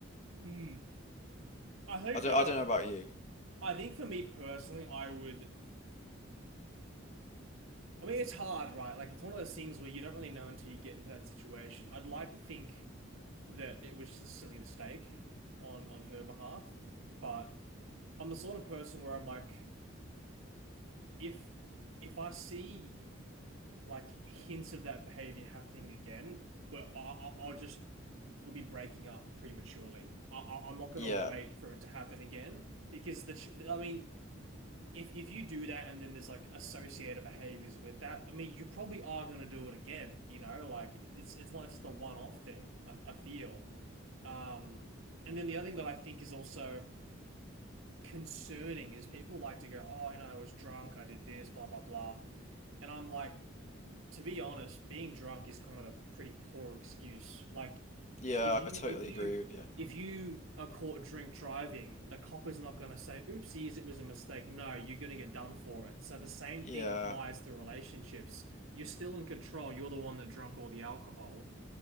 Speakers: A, on the right; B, on the left.
A: Mm. I think,
B: I don't
A: um,
B: I don't know about you.
A: I think for me personally, I would. I mean, it's hard, right? Like, it's one of those things where you don't really know until you get into that situation. I'd like to think that it was just a silly mistake on on her behalf, but. I'm the sort of person where I'm like, if if I see like hints of that behavior happening again, well, I, I- I'll just we'll be breaking up prematurely. I, I, I'm not gonna
B: Yeah,
A: wait for it to happen again because the ch I mean, if if you do that and then there's like associated behaviors with that, I mean, you probably are gonna do it again. You know, like it's it's not just a one-off thing. I, I feel. Um, and then the other thing that I think is also. concerning is people like to go, oh, you know, I was drunk, I did this, blah, blah, blah. And I'm like, to be honest, being drunk is kind of a pretty poor excuse. Like
B: yeah,
A: if you
B: I totally
A: if you
B: agree with you.
A: if you are caught drink driving, the cop is not going to say, oopsies, it was a mistake. No, you're going to get done for it. So the same
B: Yeah.
A: thing applies to relationships. You're still in control. You're the one that drunk all the alcohol.